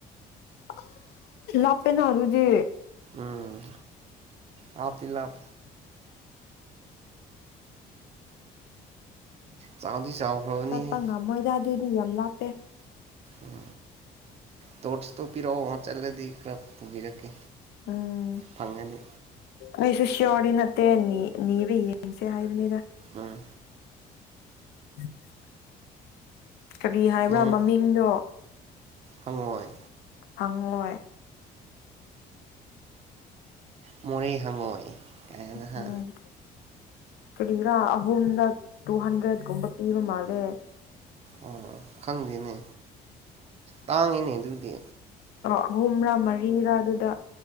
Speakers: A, on the left (about 75°); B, on the right (about 40°).
A: <unintelligible> ꯂꯥꯞꯄꯦꯅ ꯑꯗꯨꯨꯗꯤ
B: ꯎꯝ ꯂꯥꯞꯇꯤ ꯂꯥꯞ ꯆꯥꯎꯗꯤ ꯆꯥꯎꯈ꯭ꯔꯕꯅꯤꯍꯦ
A: ꯆꯠꯄ ꯉꯝꯃꯣꯏꯗ ꯑꯗꯨꯗꯤ ꯌꯥꯝ ꯂꯥꯞꯄꯦ
B: ꯎꯝ ꯇꯣꯔꯆꯇꯣ ꯄꯤꯔꯛꯑꯣ ꯆꯠꯂꯗꯤ ꯈꯔ ꯄꯨꯕꯤꯔꯛꯀꯦ
A: ꯎꯝ
B: ꯐꯪꯉꯗꯤ
A: ꯑꯩꯁꯨ ꯁꯤꯌꯣꯔꯗꯤ ꯅꯠꯇꯦ ꯅꯤ ꯅꯤꯕ ꯌꯦꯡꯁꯦ ꯍꯥꯏꯕꯅꯤꯗ
B: ꯑꯥ
A: <unintelligible> ꯀ꯭ꯔꯤ ꯍꯥꯏꯕ꯭ꯔꯥ
B: ꯅꯣꯡ
A: ꯃꯃꯤꯡꯗꯣ
B: ꯍꯪꯉꯣꯏ
A: ꯍꯪꯉꯣꯏ
B: ꯃꯣꯔꯦ ꯍꯪꯉꯣꯏ ꯀꯥꯏꯅ ꯍꯥ
A: ꯎꯝ ꯀ꯭ꯔꯤꯔꯥ ꯑꯍꯨꯝꯂꯛ ꯇꯨ ꯍꯟꯗ꯭ꯔꯦꯠꯀꯨꯝꯕ ꯄꯤꯕ ꯃꯥꯜꯂꯦ
B: ꯑꯣ ꯈꯪꯗꯦꯅꯦ ꯇꯥꯡꯉꯤꯅꯦ ꯑꯗꯨꯗꯤ
A: ꯑꯍꯨꯝꯔꯥ ꯃꯔꯤꯔꯥ ꯑꯗꯨꯗ